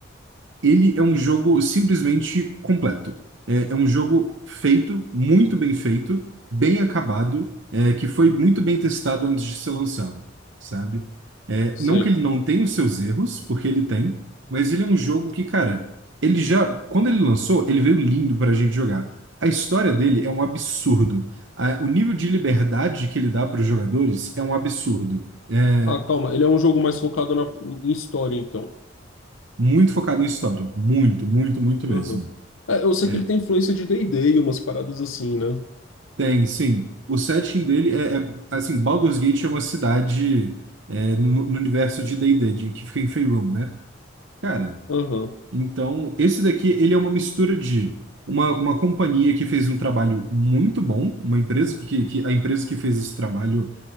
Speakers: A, on the right; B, on the left.
A: Ele é um jogo simplesmente completo. É, é um jogo feito, muito bem feito, bem acabado, é, que foi muito bem testado antes de ser lançado, sabe? É,
B: Sei.
A: não que ele não tenha os seus erros, porque ele tem, mas ele é um jogo que, cara, ele já, quando ele lançou, ele veio lindo pra gente jogar. A história dele é um absurdo. A- o nível de liberdade que ele dá para os jogadores é um absurdo. É
B: Ah, calma, ele é um jogo mais focado na, em história, então.
A: muito focado em história, muito, muito, muito mesmo.
B: Aham. É, eu sei
A: É,
B: que ele tem influência de D&D e D e umas paradas assim, né?
A: Tem, sim. O setting dele é, é- assim, Baldur's Gate é uma cidade é, no, no universo de D&D, de- que fica em Faerûn, né? Cara,
B: Aham,
A: então esse daqui ele é uma mistura de uma, uma companhia que fez um trabalho muito bom, uma empresa que, que a empresa que fez esse trabalho,